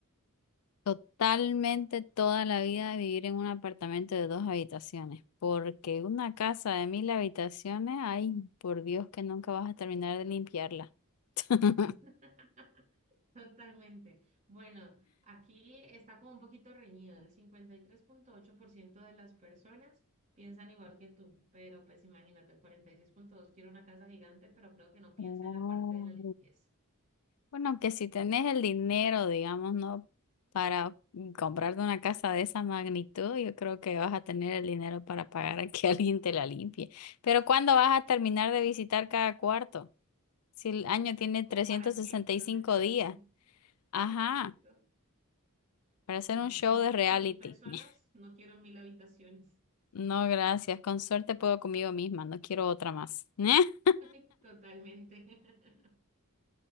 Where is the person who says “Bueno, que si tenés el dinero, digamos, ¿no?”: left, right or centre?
Left